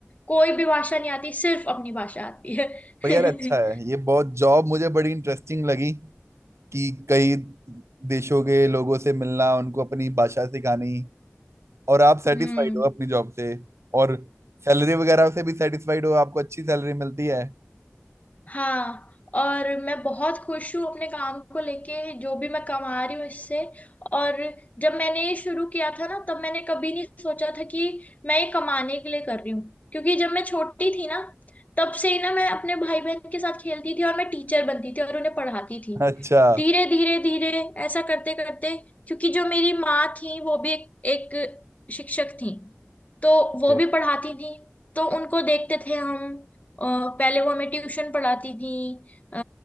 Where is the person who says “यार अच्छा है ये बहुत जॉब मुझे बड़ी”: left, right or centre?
Right